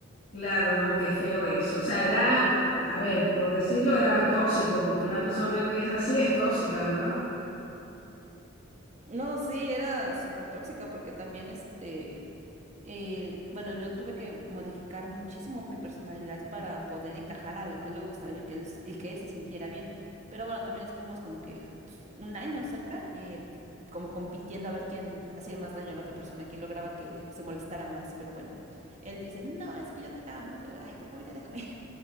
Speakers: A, on the left (about 45°); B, on the right (about 35°).
A: Claro, no, qué feo eso. O sea, era, a ver, por decirlo, era tóxico, porque una persona que es así es tóxica, ¿verdad?
B: No, sí, era súper tóxica porque también este... Eh, bueno, yo tuve que modificar muchísimo mi personalidad para poder encajar a lo que él le gustaba y que él, s- y que él se sintiera bien. Pero bueno, también estuvimos como que pues, un año cerca, eh, como compitiendo a ver quién hacía más daño a la otra persona, quién lograba que se molestara más. Pero bueno, él dice, no, es que yo te amo. Y yo, ay, por favor, ya déjame.